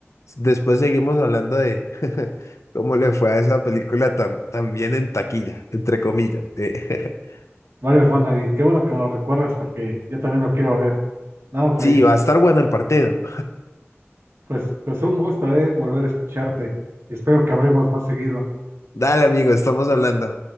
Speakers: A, on the left (about 85°); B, on the right (about 65°).
A: s- después seguimos hablando de <laughs> cómo le fue a esa película tan, tan bien en taquilla, entre comillas. eh. <laughs>
B: Vale, hermano, y qué bueno que me lo recuerdas porque yo también lo quiero ver. No, pues,
A: Sí, va a estar bueno el partido.
B: pues, pues un gusto, eh, volver a escucharte y espero que hablemos más seguido.
A: Dale, amigo, estamos hablando.